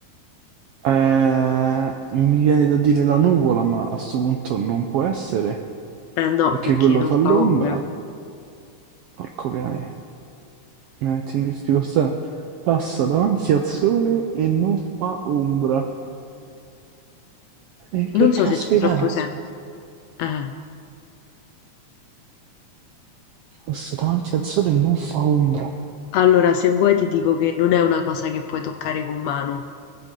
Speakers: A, on the right (about 80°); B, on the left (about 80°).
A: Eh, mi viene da dire la nuvola, ma a sto punto non può essere,
B: Eh no,
A: perché
B: perché
A: quello
B: non
A: fa
B: fa
A: l'ombra.
B: ombra.
A: Porco cane, mi metti in difficoltà. Passa davanti al sole e non fa ombra. E che
B: Non
A: caspita
B: so se c'è troppo
A: è?
B: senso. Eh.
A: Passa davanti al sole e non fa ombra.
B: Allora, se vuoi ti dico che non è una cosa che puoi toccare con mano.